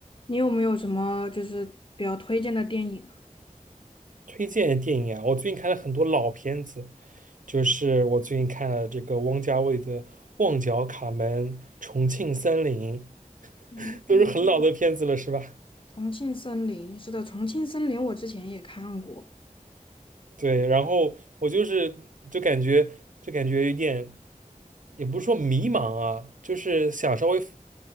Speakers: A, on the left; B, on the right.
A: 你有没有什么就是比较推荐的电影啊？
B: 推荐的电影啊，我最近看了很多老片子，就是我最近看了这个王家卫的《旺角卡门》《重庆森林》，
A: 嗯，
B: 都是很老的片子了，是吧？
A: 《重庆森林》是的，《重庆森林》我之前也看过。
B: 对，然后我就是就感觉就感觉有点，也不是说迷茫啊，就是想稍微